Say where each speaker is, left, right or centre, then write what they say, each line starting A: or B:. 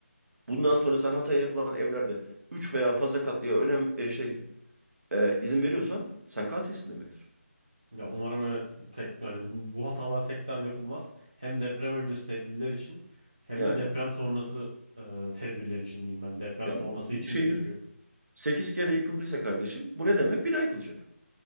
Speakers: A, on the right; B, on the right.
A: Bundan sonra sen Hatay'a yapılan evlerde 3 veya fazla katlıya önem e, şey e, izin veriyorsan sen katilsin demektir.
B: Ya umarım evet bu tek yani bu, bu hatalar tekrar yapılmaz. Hem deprem öncesi tedbirler için hem
A: Yani
B: de deprem sonrası e, tedbirler için diyeyim ben. Deprem
A: ya
B: sonrası
A: bu
B: için
A: şehir
B: de çünkü.
A: 8 kere yıkıldıysa kardeşim bu ne demek? Bir daha yıkılacak.